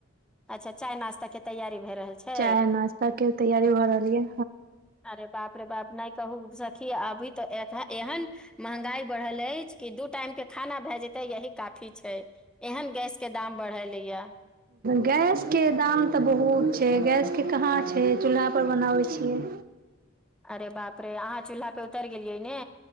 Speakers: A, in the centre; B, on the right.
A: अच्छा चाय नाास्ता के तैयारी भए रहल छै
B: चाय नाश्ता के तैयारी भ रहल यै
A: अरे बाप रे बाप ने कहु सखी अभी ते एहन महंगाई बढ़ल अछि कि दू टाइम के खाना भय जेते यही काफी छै एहन गैस के दाम बढ़ले या
B: गैस के दाम तऽ बहुत छै गैस के कहाँ छै चूल्हा पर बनाबे छियै
A: अरे बाप रे अहाँ चूल्हा पे उतरि गेलियै ने